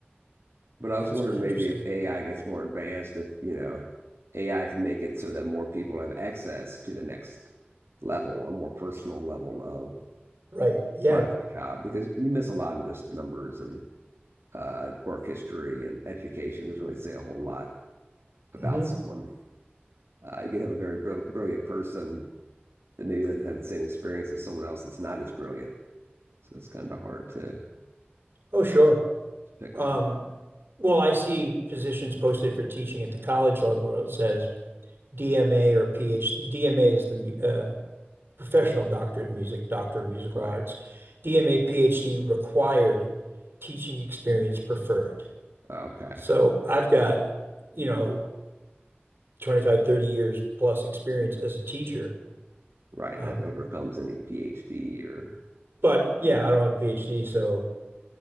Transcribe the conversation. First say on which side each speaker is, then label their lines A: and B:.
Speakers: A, on the right; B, on the right.
A: But I
B: that's
A: was wondering
B: interesting.
A: maybe if AI gets more advanced, if, you know, AI could make it so that more people have access to the next level, a more personal level of
B: Right. Yeah.
A: applying for the job, because you miss a lot in just numbers and uh, work history and education. Doesn't really say a whole lot about
B: hmm
A: someone. Uh, you can have a very bril brilliant person that maybe doesn't have the same experience as someone else that's not as brilliant. So it's kind of hard to
B: Oh, sure.
A: pick
B: Um,
A: up on that.
B: well, I see positions posted for teaching at the college level where it says DMA or PhD. DMA is the mu- uh, professional doctorate in music, doctor of musical
A: Right.
B: arts. DMA, PhD required, teaching experience preferred.
A: Okay.
B: So I've got, you know, 25, 30 years plus experience as a teacher.
A: Right.
B: Um,
A: That overcomes any PhD or,
B: but yeah,
A: or
B: I don't have a PhD, so